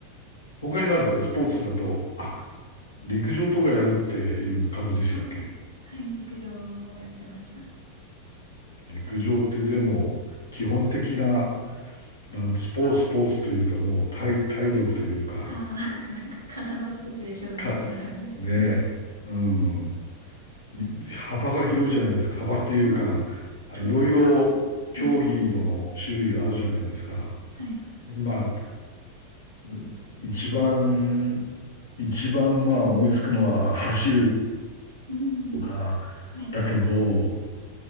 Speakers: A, on the left; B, on the right.
A: 他に何ですかスポーツだと、あ、陸上とかやるっていう感じでしたっけ
B: あああ、はい。陸上もやってました。
A: 陸上ってでも、基本的な、なんスポーツ、スポーツというか、もう体、体力というか、
B: ああ、<laughs> なんか体一つで勝負みたいな感じですよね。
A: か、ねえ、うん。い幅が広いじゃないですか。幅っていうか、
B: ああ、
A: あいろいろ競技の種類があるじゃないですか。
B: 競技が。うん。はい。
A: まあ、うん一番、一番まあ思いつくのは走る
B: うん。
A: とか、
B: はい。
A: だけど、